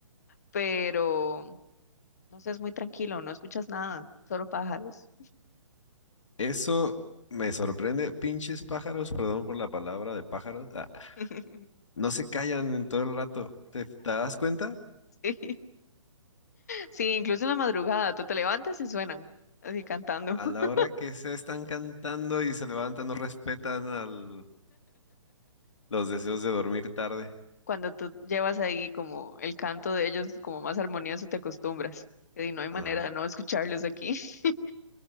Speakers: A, on the left (about 30°); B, on the left (about 65°).
A: pero no sé, es muy tranquilo, no escuchas nada, solo pájaros.
B: Eso me sorprende. Pinches pájaros, perdón por la palabra de pájaros. ah,
A: <laughs>
B: no se callan en todo el rato. ¿Te, te das cuenta?
A: Sí, sí, incluso en la madrugada, tú te levantas y suenan, así cantando.
B: A
A: <laughs>
B: la hora que se están cantando y se levantan, no respetan al, Los deseos de dormir tarde.
A: Cuando tú llevas ahí como el canto de ellos como más armonioso, te acostumbras. Y no hay manera
B: Ah,
A: de no escucharlos aquí. <laughs>